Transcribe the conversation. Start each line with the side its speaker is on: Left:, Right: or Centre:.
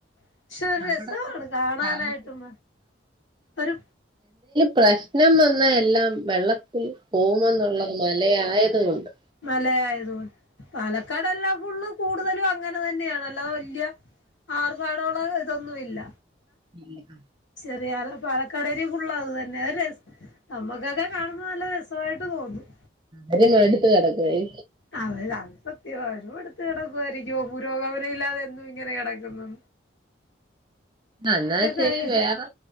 Left: പക്ഷെ
Right: <unintelligible>
Left: ഒരു രസമാണ് കാണാനായിട്ടും ഒരു
Right: പ്രശ്നം വന്ന എല്ലാം വെള്ളത്തിൽ പോവുമെന്നുള്ളത് മലയായത് കൊണ്ട്.
Left: മലയായത് പാലക്കാടെല്ലാം ഫുള്ള് കൂടുതലും അങ്ങനെ തന്നെയാണ് അല്ലാതെ വല്യ ആർഭാടള്ള ഇതൊന്നുല്ല
Right: ഇല്ല.
Left: ചെറിയ പാല കടേൽ ഫുള്ള് അത് തന്നെ ര നമ്മുക്കൊക്കെ കാണുന്ന നല്ല രസമായിട്ട് തോന്നും.
Right: അവര് <unintelligible> കിടക്കുവായി.
Left: അവ അത് സത്യം അവരു മടുത്ത് കിടക്കുവായിരിക്കു പുരോഗമന ഇല്ലാതെ എന്നും ഇങ്ങനെ കിടക്കുന്നു.
Right: എന്നാ ശെരി
Left: കഴി
Right: വേറെ